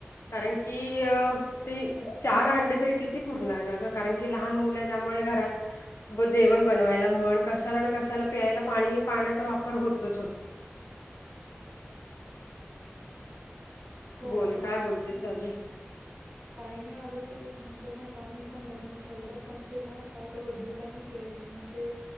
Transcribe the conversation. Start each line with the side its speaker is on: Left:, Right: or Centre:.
Left: कारण की अ ते चार हंडे तरी किती पुरणार ना ग कारण की लहान मुलं त्यामुळे घरात जेवण बनवायला म्हण कशाला ना कशाला पियला पाणी पाण्याचा वापर होतच हो.
Right: हो
Left: बोल
Right: अगं
Left: काय बोलते सजे
Right: काही नाही अगतच म्हणजे नाही का आम्ही पण भरून ठेवलं पण ते ना सारखं गढरूळ पाणीच यायचं मग ते